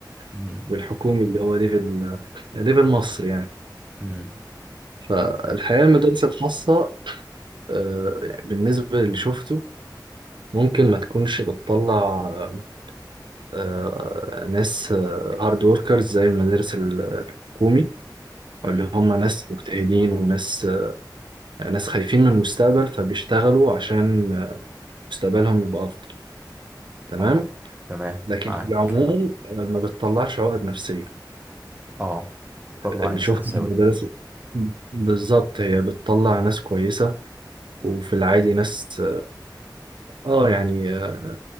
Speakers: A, on the right; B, on the right.
A: مم.
B: <laughs> والحكومي اللي هو ليفل ليفل مصر يعني
A: مم.
B: فالحياة
A: طب
B: المدارس الخاصة آه، يعني بالنسبة للي شفته ممكن ما تكونش بتطلع آه، آه، ناس هارد وركرز زي المدارس ال- الحكومي
A: مم.
B: أو اللي هم ناس مجتهدين وناس آه، ناس خايفين من المستقبل فبيشتغلوا عشان آه، مستقبلهم يبقى أفضل تمام
A: اه تمام
B: لكن
A: معاك
B: في العموم آه، ما بتطلعش عقد نفسية
A: اه طلع
B: اللي
A: انسان
B: شفته
A: سوي
B: في المدارس بالظبط هي بتطلع ناس كويسة وفي العادي ناس اه يعني آه،